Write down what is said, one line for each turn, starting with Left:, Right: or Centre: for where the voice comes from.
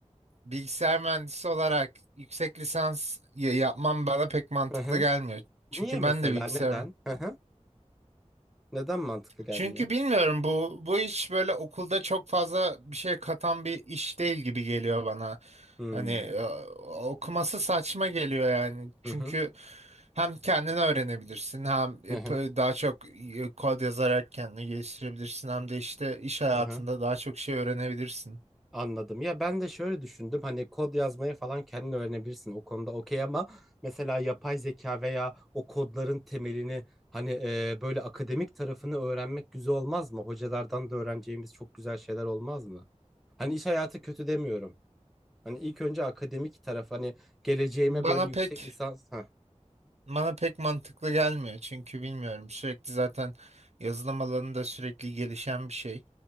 Right: bilgisayar mühendisi olarak yüksek lisans ya- yapman bana pek mantıklı
Centre: Hı hı.
Right: gelmiyor. Çünkü
Centre: Niye mesela?
Right: ben de bilgisayar
Centre: Neden? Hı hı. Neden mantıklı gelmiyor?
Right: Çünkü bilmiyorum bu bu iş böyle okulda çok fazla bir şey katan bir iş değil gibi geliyor bana.
Centre: Hmm.
Right: Hani e, okuması saçma geliyor yani. Çünkü
Centre: Hı hı.
Right: hem kendini öğrenebilirsin hem e,
Centre: Hı hı.
Right: p- daha çok e, kod yazarak kendini geliştirebilirsin hem de işte iş hayatında
Centre: Hı hı.
Right: daha çok şey öğrenebilirsin.
Centre: Anladım. Ya ben de şöyle düşündüm. Hani kod yazmayı falan kendin öğrenebilirsin. O konuda okey ama mesela yapay zeka veya o kodların temelini hani e, böyle akademik tarafını öğrenmek güzel olmaz mı? Hocalardan da öğreneceğimiz çok güzel şeyler olmaz mı? Hani iş hayatı kötü demiyorum. Hani ilk önce akademik taraf hani geleceğime
Right: Bana
Centre: böyle yüksek
Right: pek
Centre: lisans. Heh.
Right: bana pek mantıklı gelmiyor çünkü bilmiyorum sürekli zaten yazılım alanı da sürekli gelişen bir şey